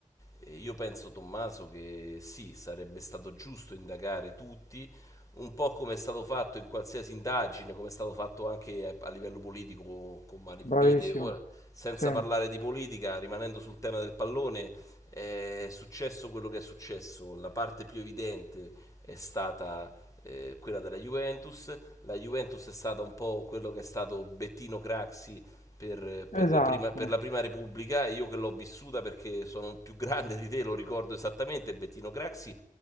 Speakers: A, on the left; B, on the left.
A: Eh, Io penso, Tommaso, che sì, sarebbe stato giusto indagare tutti, un po' come è stato fatto in qualsiasi indagine, come è stato fatto anche a, a livello politico con mani pulite.
B: Bravissimo.
A: Ora, senza
B: Sì,
A: parlare di politica, rimanendo sul tema del pallone, eh, è successo quello che è successo. La parte più evidente è stata eh, quella della Juventus. La Juventus è stata un po' quello che è stato Bettino Craxi per, per
B: esatto.
A: la prima, per la prima Repubblica, e io che l'ho vissuta perché sono più grande di te, lo ricordo esattamente, Bettino Craxi,